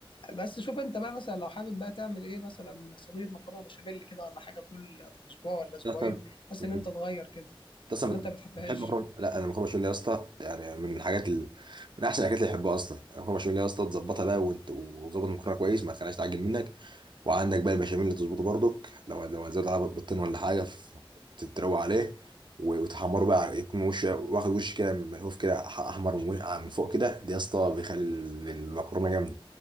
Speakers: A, on the left; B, on the right.
A: بس شوف انت بقى مثلا لو حابب بقى تعمل ايه مثلا صينيه مكرونه بشاميل كده ولا حاجه كل اسبوع ولا اسبوعين
B: اصلا
A: بحيث ان
B: انت
A: انت تغير كده
B: اصلا
A: ولا انت بتحبهاش
B: بتحب مكرونه لا انا المكرونه بشاميل يا اسطى يعني من الحاجات ال... من احسن الاكلات اللي بحبها اصلا المكرونه بشاميل يا اسطى تظبطها بقى وانت وتظبط المكرونه كويس ما تخليهاش تعجن منك وعندك بقى البشاميل اللي تظبطه برضك لو لو زاد على بطين ولا حاجه ف- تتروق عليه و- وتحمره بقى يكون وش واخد وش كده ملهوف كده ح- احمر من وش- آه، من فوق كده ده يا اسطى بيخلي ال- المكرونه جامده